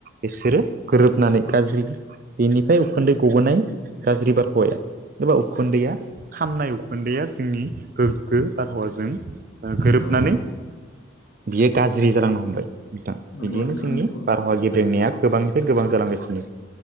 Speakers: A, on the right; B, on the left.
A: बिसोरो गोरोबनानै गाज्रि बेनिफाय उखुन्दै गबोनाय गाज्रि बारहावाया एबा उखुन्दैआ खामनाय उखुन्दैआ जोंनि गोग्गो बारहावाजों ओ गोरोबनानै
B: औ
A: बियो गाज्रि जालांनो हमबाय नोंथां
B: नंगौ
A: बिदियैनो
B: नोंथां
A: जोंनि
B: नंगौ
A: बारहावा गेब्रेंनाया गोबांनिफ्राय गोबां जालांगासिनो